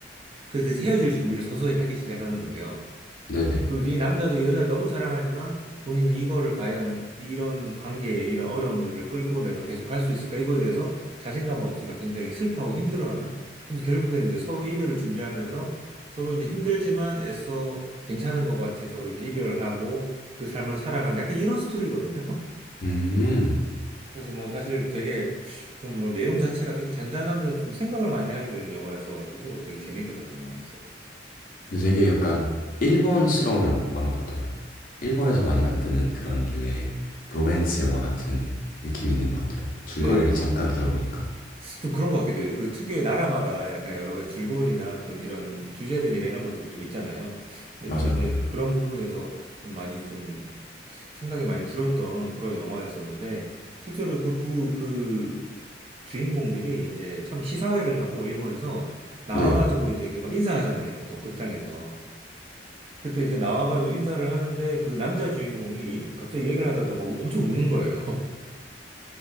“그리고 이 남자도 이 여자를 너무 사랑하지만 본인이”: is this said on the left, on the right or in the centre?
Right